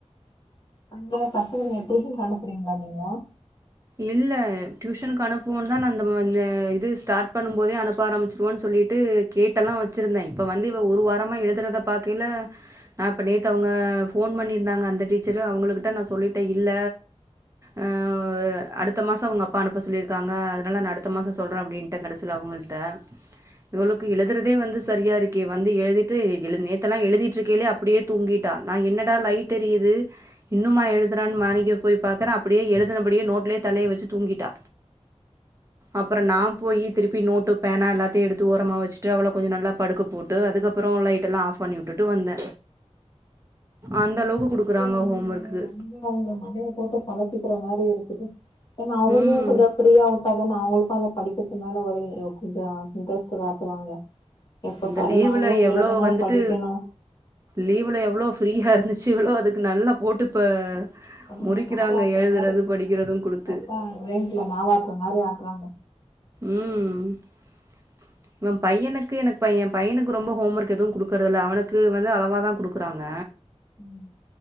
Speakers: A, on the left; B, on the right.
A: அங்க பசங்கல டியூஷன்க்கு அனுப்புறிங்களா நீங்க
B: இல்ல டியூஷனுக்கு அனுப்புவோனு தா நா இந்த இது ஸ்டார்ட் பண்ணும் போதே அனுப்ப ஆரம்பிச்சிருவோன் சொல்லிட்டு கேட்டல்லா வச்சிருந்தேன் இப்ப வந்து இவ ஒரு வாரமா எழுதுறத பாக்கைல நா இப்ப நேத்தவங்க ஃபோன் பண்ணிருந்தாங்க அந்த டீச்சரு அவங்களுகிட்ட நா சொல்லிட்டே இல்ல ஆ அடுத்த மாசோ அவங்க அப்பா அனுப்ப சொல்லியிருக்காங்க அதனால நான் அடுத்த மாசோ சொல்றே அப்டின்ட்டே கடைசில அவங்கள்ட இவளுக்கு எழுதுறதே வந்து சரியா இருக்க வந்து எழுதிட்டு எழு நேத்தெல்லா எழுதிட்டுருக்கைலே அப்படியே தூங்கிட்டா நா என்னடா லைட எரியுது இன்னும்மா எழுதுறான்னு மாணிக்க போய் பாக்கறே அப்படியே எழுதுனபடியே நோட்லே தலைய வச்சு தூங்கிட்டா அப்புற நா போய் திருப்பி நோட்டு பேனா எல்லாத்தையு எடுத்து ஓரமாக வச்சுட்டு அவ்வள கொஞ்சோ நல்லா படுக்க போட்டு அதுக்கப்புற லைட்டெல்லா ஆஃப் பண்ணி உட்டுட்டு வந்தே அந்த
A: இந்த
B: அளவுக்கு குடுக்குறாங்க
A: <unintelligible> அவங்க
B: ஹோம் ஒர்க்கு
A: ரொம்ப அவங்க மண்டைய போட்டு குழப் பிற மாரி இருக்குது ஏனா அவங்களையு
B: ம்
A: கொஞ்சோ ஃப்ரீயாவுட்டாதான அவங்களு உக்காந்து படிக்கிறதுனால ஒரு கொஞ்சோ இன்ட்ரெஸ்ட் காட்டுவாங்க எப்ப
B: இந்த
A: பாரு
B: லீவு்ல
A: நாமளு
B: எவ்ளோ
A: எழுதணு
B: வந்துட்டு
A: படிக்கணு
B: லீவு்ல எவ்ளோ ஃப்ரீயா இருந் துச்சு எவ்வளோ அதுக்கு நல்லா போட்டு இப்ப
A: ஆமா
B: முறிக்கிறாங்க
A: மாவக்குற
B: எழுதுறது
A: மாதிரி
B: படிக்கிறதும் குடுத்து
A: அப்பா ரேண்ட்ல மாவக்குற மாதிரி ஆ இருக்ராங்க
B: உம் பையனுக்கு எனக்கு பையன் பையனுக்கு ரொம்ப ஹோம் ஒர்க் எதுவும் கொடுக்குறத இல் அவனுக்கு வந்து அளவா தான் கொடுக்குறாங்க
A: உம்